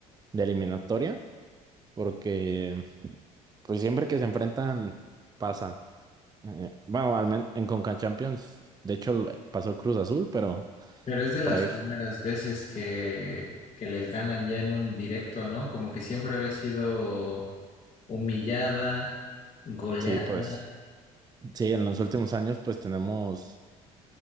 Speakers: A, on the right; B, on the left.
A: de eliminatoria, porque pues siempre que se enfrentan pasan. Eh, bueno, al men- en Conca Champions, de hecho lo- pasó el Cruz Azul, pero
B: Pero es de las
A: por ahí
B: primeras
A: f-
B: veces que, que les ganan ya en un directo, ¿no? Como que siempre había sido humillada, goleada.
A: sí, pues sí, en los últimos años pues tenemos